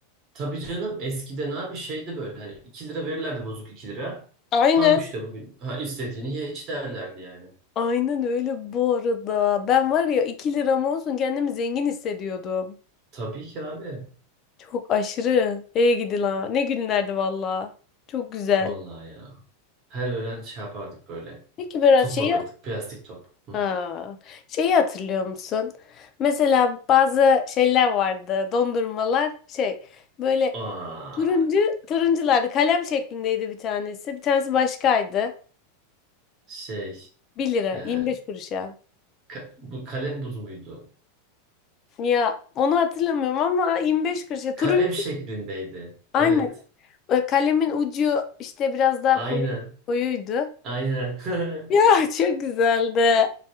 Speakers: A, on the right (about 35°); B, on the left (about 30°).
A: Tabii canım eskiden abi şeydi böyle hani 2 lira verirlerdi bozuk 2 lira.
B: Aynen.
A: Tamam işte bugün ha istediğini ye iç derlerdi yani.
B: Aynen öyle bu arada. Ben var ya 2 liram olsun kendimi zengin hissediyordum.
A: Tabii ki abi.
B: Çok aşırı. Ey gidi la. Ne günlerdi valla. Çok güzel.
A: Vallahi ya. Her öğlen şey yapardık böyle.
B: Peki Berat
A: Top
B: şeyi,
A: alırdık. Plastik top. Hı.
B: Aa, şeyi hatırlıyor musun? Mesela bazı şeyler vardı. Dondurmalar şey böyle
A: Aa,
B: turuncu turunculardı. Kalem şeklindeydi bir tanesi. Bir tanesi başkaydı.
A: şey.
B: Bir lira
A: E,
B: 25 kuruşa.
A: Ka- bu kalem buz muydu?
B: Ya onu hatırlamıyorum ama 25 kuruşa. Turuncu
A: Kalem şeklindeydi.
B: aynen.
A: Evet.
B: E, Kalemin ucu işte biraz daha
A: Aynen.
B: koyu koyuydu.
A: Aynen. <laughs>
B: Ya <laughs> çok güzeldi.